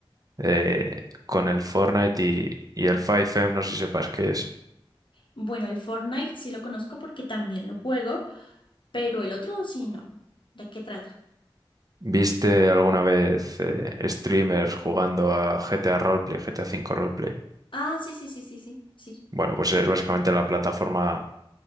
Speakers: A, on the right; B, on the left.
A: eh, con el Fortnite y, y el 5M, no sé si sepas qué es.
B: Bueno, el Fortnite sí lo conozco porque también lo juego, pero el otro sí no. ¿De qué trata?
A: ¿Viste alguna vez eh, streamers jugando a GTA Roleplay, GTA V Roleplay?
B: Ah, sí, sí, sí, sí, sí, sí.
A: Bueno, pues es básicamente la plataforma